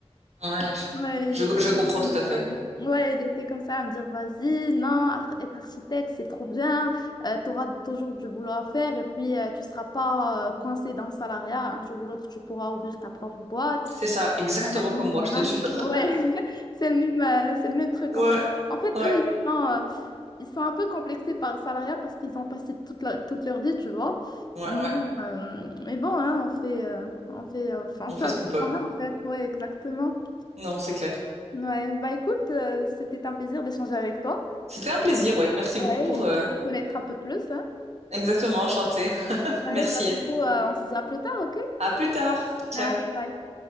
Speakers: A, on the right (about 80°); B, on the left (about 40°).
A: Ouais, je,
B: Ouais, il était
A: je, je
B: comme
A: comprends
B: ça à
A: tout
B: me dire,
A: à fait.
B: euh, ouais, il était comme ça à me dire, vas-y, non, ar- être architecte, c'est trop bien, tu auras toujours du boulot à faire, et puis euh, tu seras pas euh, coincé dans le salariat. Un jour ou l'autre, tu pourras ouvrir ta propre boîte.
A: C'est ça, exactement
B: Nanani,
A: comme
B: nanan.
A: moi, je te jure.
B: Ouais,
A: <laughs>
B: <laughs> c'est le même, euh, c'est le même truc
A: Ouais,
B: en fait. En fait,
A: ouais,
B: eux, ils sont, euh, ils sont un peu complexés par le salariat parce qu'ils ont passé toute, la- toute leur vie, tu vois.
A: ouais,
B: Mais,
A: ouais.
B: euh, mais bon, hein, on fait, euh, on fait, euh, enfin,
A: On
B: on fait
A: fait
B: avec
A: ce qu'on peut.
B: quand même en fait. Ouais, exactement.
A: Non, c'est clair.
B: Ouais, bah écoute, euh, c'était un plaisir d'échanger avec toi.
A: C'était un plaisir, ouais. Merci
B: Ouais,
A: beaucoup pour
B: et
A: euh,
B: de vous connaître un peu plus, hein.
A: exactement chanter. <laughs>
B: Ouais,
A: Merci.
B: bah du coup, euh, on se dit à plus tard, ok?
A: À plus tard. Ciao.
B: Allez, bye.